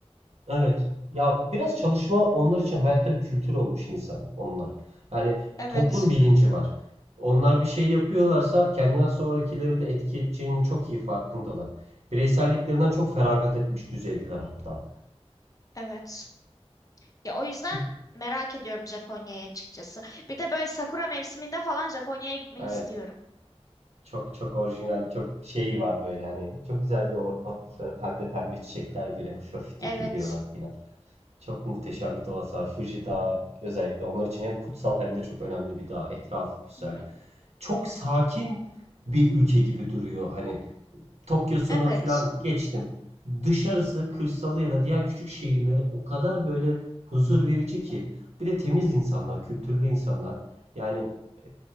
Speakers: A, on the right; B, on the left.
A: Evet. Ya biraz çalışma onlar için hayatta bir kültür olmuş insan onlar. Yani
B: Evet,
A: toplum bilinci var. Onlar bir şey yapıyorlarsa kendinden sonrakileri de etki edeceğinin çok iyi farkındalar. Bireyselliklerinden çok feragat etmiş düzeydiler hatta.
B: evet. Ya o yüzden
A: Kül-
B: merak ediyorum Japonya'yı açıkçası. Bir de böyle sakura mevsiminde falan Japonya'ya gitmeyi
A: Evet.
B: istiyorum.
A: Çok çok orijinal, çok şeyi var böyle hani. Çok güzel bir ortam atmosferi. Pembe pembe çiçekler böyle hafif hafif
B: Evet.
A: dökülüyorlar filan. Çok muhteşem bir doğası var. Fuji Dağı özellikle onlar için hem kutsal hem de çok önemli bir dağ. Etrafı güzel.
B: Hı hı.
A: Çok sakin bir ülke gibi duruyor. Hani Tokyo'sunu
B: Evet.
A: falan geçtim. Dışarısı, kırsalı ya da diğer küçük şehirleri o kadar böyle huzur verici ki. Bir de temiz insanlar, kültürlü insanlar. Yani e,